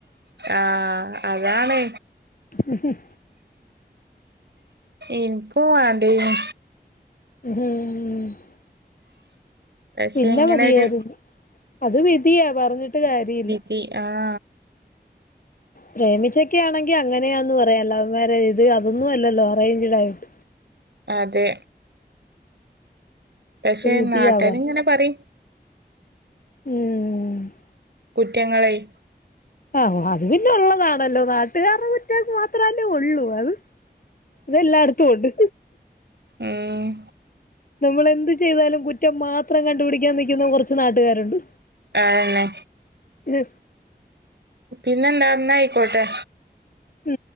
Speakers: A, on the right; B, on the left.
A: ആഹ് അതാണ്
B: ഉം <unintelligible>
A: ഇന്ക്കു വാണ്ടെനു
B: ഉം <unintelligible>
A: പക്ഷെ
B: പിന്നെ
A: ഇങ്ങനൊരു
B: മതിയായിരുന്നു അത് വിധിയാ പറഞ്ഞിട്ട് കാര്യല്ല
A: പി ആഹ്
B: പ്രേമിച്ചൊക്കെ ആണെങ്കി അങ്ങനെയാന്ന് പറയാ ലവ് മാര്യേജ് ഇത് അതൊന്നും അല്ലല്ലോ അറേഞ്ചഡ് ആയിട്ട്
A: അതെ പക്ഷെ
B: വിധിയാ
A: നാട്ടാരിങ്ങനെ
B: പറ
A: പറയിം
B: ഉം
A: കുറ്റങ്ങളെയ്
B: ആഹ് അത് പിന്നെ ഒള്ളതാണല്ലോ നാട്ടുകാരുടെ കുറ്റം മാത്രമല്ലേ ഒള്ളൂ അത് തെല്ലായടത്തും ഉണ്ട്
A: ആഹ്
B: നമ്മളെന്ത് ചെയ്താലും കുറ്റം മാത്രം കണ്ടുപിടിക്കാൻ നിക്കുന്ന കുറച്ച് നാട്ടുകാരുണ്ട്
A: അയെന്നെ
B: ഇത്
A: പിന്നെന്താ ന്ന ആയിക്കോട്ടെ
B: ഉം